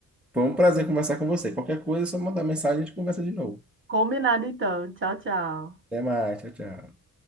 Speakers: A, in the centre; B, on the right (about 35°).
A: Foi um prazer conversar com você. Qualquer coisa, é só mandar mensagem e a gente conversa de novo.
B: Combinado então. Tchau, tchau.
A: Até mais, tchau, tchau.